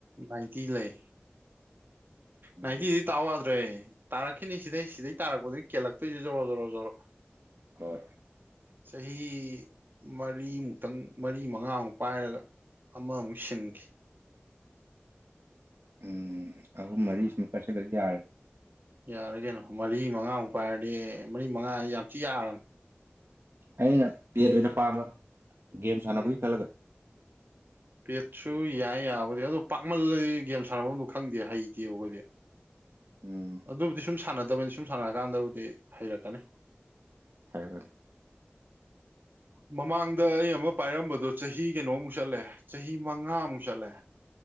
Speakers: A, on the right (about 55°); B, on the right (about 85°).
A: ꯅꯥꯏꯟꯇꯤ ꯂꯩ
B: ꯎꯝ
A: ꯅꯥꯏꯟꯇꯤꯗꯤ ꯇꯥꯎ ꯌꯥꯗ꯭ꯔꯦ ꯇꯥꯔꯛꯈꯤꯅꯤ ꯁꯤꯗꯩ ꯁꯤꯗꯩ ꯇꯥꯔꯛꯄꯗꯩ ꯀꯦꯜꯂꯛꯇꯣꯏꯖꯤ ꯖꯔꯣ ꯖꯔꯣꯖꯔꯣ
B: ꯍꯣꯏ
A: ꯆꯍꯤ ꯃꯔꯤꯃꯨꯛꯇꯪ ꯃꯔꯤ ꯃꯪꯉꯥꯃꯨꯛ ꯄꯥꯏꯔꯒ ꯑꯃꯃꯨꯛ ꯁꯤꯟꯒꯦ
B: ꯎꯝ ꯑꯍꯨꯝ ꯃꯔꯤ ꯁꯨꯝ ꯀꯥꯏꯁꯤꯜꯂ ꯌꯥꯔꯅꯤ
A: ꯌꯥꯔꯦ ꯀꯩꯅꯣ ꯃꯔꯤ ꯃꯪꯉꯥꯃꯨꯛ ꯄꯥꯏꯔꯗꯤ ꯃꯔꯤ ꯃꯪꯉꯥꯁꯤꯖꯩ ꯌꯥꯝꯊꯤ ꯌꯥꯔꯝꯅꯤ
B: ꯑꯩꯅ ꯄꯦꯠ ꯑꯣꯏꯅ ꯄꯥꯝꯕ ꯒꯦꯝ ꯁꯥꯟꯅꯕꯒꯤ
A: ꯎꯝ
B: ꯈꯜꯂꯒ
A: ꯄꯦꯠꯁꯨ ꯌꯥꯏ ꯌꯥꯕꯗꯤ ꯑꯗꯣ ꯄꯥꯛꯃꯜꯂꯗꯤ ꯒꯦꯝ ꯁꯥꯟꯅꯐꯝꯗ ꯈꯪꯗꯦ ꯍꯩꯇꯦꯕ ꯑꯩꯈꯣꯏꯗꯤ
B: ꯎꯝ
A: ꯑꯗꯨꯕꯨꯗꯤ ꯁꯨꯝ ꯁꯥꯟꯅꯗꯕꯅꯤ ꯁꯨꯝ ꯁꯥꯟꯅꯔꯀꯥꯟꯗꯕꯨꯗꯤ ꯍꯩꯔꯛꯀꯅꯤ꯫
B: ꯍꯥꯏ ꯍꯣꯏ
A: ꯃꯃꯥꯡꯗ ꯑꯩ ꯑꯃ ꯄꯥꯏꯔꯝꯕꯗꯣ ꯆꯍꯤ ꯀꯩꯅꯣꯃꯨꯛ ꯆꯠꯂꯦ ꯆꯍꯤ ꯃꯉꯥꯃꯨꯛ ꯆꯠꯂꯦ꯫